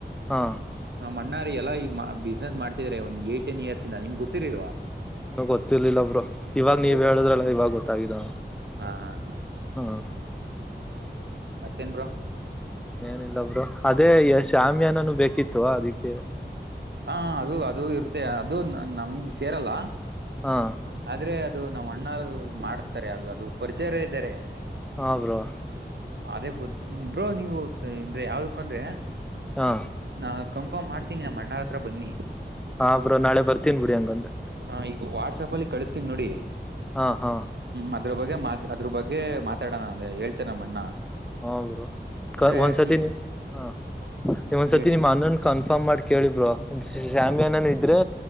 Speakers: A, in the centre; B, on the right.
A: ಹಾ.
B: ನಮ್ಮಣ್ಣಾರ ಎಲ್ಲ ಈಗ ಬಿಸ್ನೆಸ್ ಮಾಡ್ತಿದ್ದಾರೆ ಒಂದ್ ಏಯ್ಟ್ ಟೆನ್ ಇಯರ್ಸ್ ಇಂದ ನಿಮ್ಗ್ ಗೊತ್ತಿರ್ಲಿಲ್ವಾ.
A: ಇನ್ನು ಗೊತ್ತಿರ್ಲಿಲ್ಲ ಬ್ರೋ ಇವಾಗ ನೀವ್
B: ಹೌದಾ
A: ಹೇಳುದ್ರಲ್ಲ ಇವಾಗ ಗೊತ್ತಾಗಾಗಿದೆ
B: ಹಾ ಹಾ
A: ಹ್ಮ್.
B: ಮತ್ತೇನ್ ಬ್ರೋ.
A: ಎನಿಲ್ಲ ಬ್ರೋ ಅದೇ ಎ ಶ್ಯಾಮಿಯಾನನು ಬೇಕಿತ್ತು ಅದಿಕ್ಕೆ.
B: ಹಾ ಅದು ಅದು ಇರುತ್ತೆ ಅದು ನಮ್ಗ್ ಸೇರಲ್ಲ.
A: ಹಾ.
B: ಆದ್ರೆ ಅದು ನಮ್ಮ್ ಅಣ್ಣರು ಮಾಡ್ಸ್ತಾರೆ ಅದು ಅದು ಪರಿಚಯ ಇರೋರು ಇದಾರೆ.
A: ಹಾ ಬ್ರೋ.
B: ಅದೇ ಗೊತ್ ಬ್ರೋ ನೀವು ಅಂದ್ರೆ ಯಾವ್ದಕ್ ಅಂದ್ರೆ.
A: ಹಾ.
B: ನಾ ಕನ್ಫರ್ಮ್ ಮಾಡ್ತೀನಿ ನಮ್ ಅಣ್ಣಾರ್ ಹತ್ರ ಬನ್ನಿ.
A: ಹಾ ಬ್ರೋ ನಾಳೆ ಬರ್ತೀನ್ ಬಿಡಿ ಹಂಗಂದ್ರೆ.
B: ಹಾ ಈಗ ವಾಟ್ಸಾಪ್ ಅಲ್ಲಿ ಕಳಿಸ್ತೀನ್ ನೋಡಿ.
A: ಹಾ ಹಾ.
B: ಹ್ಮ್ ಅದ್ರ ಬಗ್ಗೆ ಮಾತ್ ಅದ್ರ ಬಗ್ಗೆ ಮಾತಾಡೋಣ ಅಂದ್ರೆ ಹೇಳ್ತೀನ್ ನಮ್ ಅಣ್ಣ.
A: ಹಾ ಬ್ರೊ
B: ಅಂದ್ರೆ
A: ಒಂದ್ಸರ್ತಿ
B: ಈ
A: ನೀ ಹಾ ನೀವ ಒಂದ್ಸರ್ತಿ
B: ಹೇಳಿ ಹೇಳಿ
A: ನಿಮ್ ಅಣ್ಣನ ಕನ್ಫರ್ಮ್ ಮಾಡಿ. ಕೇಳಿ ಬ್ರೋ ಶ್ಯಾಮಿಯಾನನು ಇದ್ರೆ